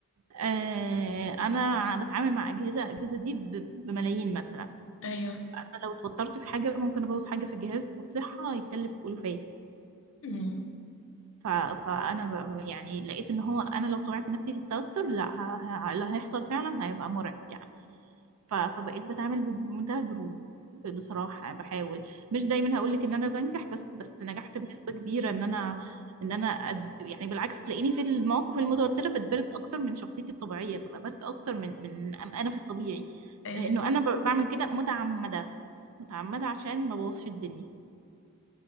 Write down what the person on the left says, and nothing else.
ايوه
مم.
إيه،